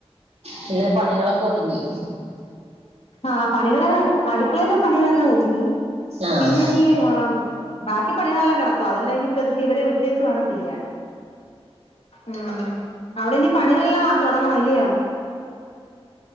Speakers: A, on the right; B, on the left.
A: പിന്നെ പണികളൊക്കെ ഒതുങ്ങി
B: ആഹ് പണികള് അടുക്കളയിലെ പണികളെല്ലാം ഒതുങ്ങി
A: ആഹ്
B: പിന്നെ ഇനി ആഹ് ബാക്കി പണികളെല്ലാം കെടക്കുവാ അതെല്ലാം ഇനി പെതു‌ക്കി ഇവരെ വിട്ടേച്ച് വേണം ചെയ്യാൻ ഉം അവിടെ ഇനി പണികളെല്ലാം തോടങ്ങണം ഇല്ലയോ?